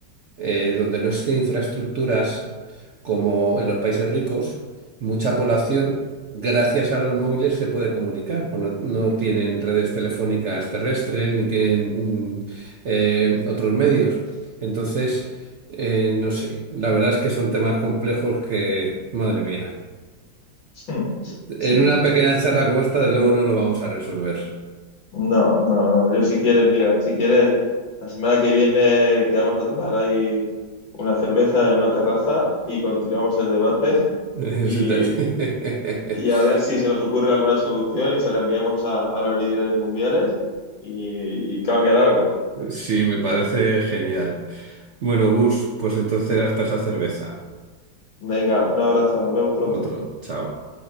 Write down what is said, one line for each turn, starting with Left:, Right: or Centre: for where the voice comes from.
Right: eh, donde no existen infraestructuras como en los países ricos, mucha población, gracias a los móviles, se puede comunicar. Pues no, no tienen redes telefónicas terrestres ni tienen mm, eh, otros medios. Entonces, eh, no sé, la verdad es que son temas complejos que, madre mía,
Left: Hmm,
Right: en
Left: Sí.
Right: una pequeña charla como esta, de luego no lo vamos a resolver.
Left: No, no, no. Yo si quieres, mira, si quieres, la semana que viene quedamos a tomar ahí una cerveza en una terraza y continuamos el debate <laughs>
Right: <laughs>
Left: y, y a ver si se nos ocurre alguna solución y se la enviamos a, a los líderes mundiales y, y cambian algo.
Right: Sí, me parece genial. Bueno, Gus, pues entonces hasta esa cerveza.
Left: Venga, un abrazo, nos vemos pronto.
Right: Otro, chao.